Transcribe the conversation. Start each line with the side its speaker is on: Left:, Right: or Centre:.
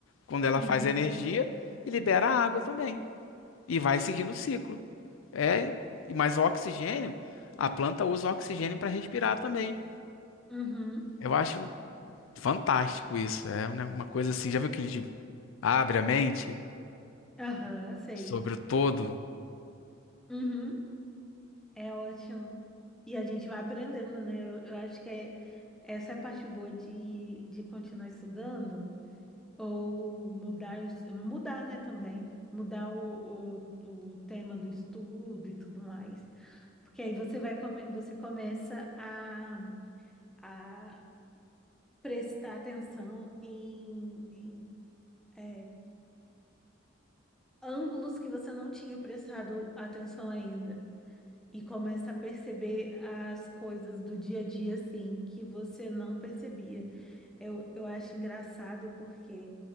Left: quando ela
Centre: uhum,
Left: faz a energia e libera a água também. E vai seguindo o ciclo. É, e mas o oxigênio, a planta usa o oxigênio para respirar também.
Centre: uhum,
Left: Eu acho fantástico isso, é né, uma coisa assim, já viu aquele de abre a mente
Centre: aham, sei.
Left: sobre o todo.
Centre: Uhum, é ótimo. E a gente vai aprendendo, né? Eu, eu acho que é, essa é a parte boa de, de continuar estudando. Ou mudar, o mudar, né, também. Mudar o, o, o tema do estudo e tudo mais. Porque aí você vai come, você começa a, a prestar atenção em, em é, ângulos que você não tinha prestado atenção ainda. E começa a perceber as coisas do dia a dia, assim, que você não percebia. Eu, eu acho engraçado porque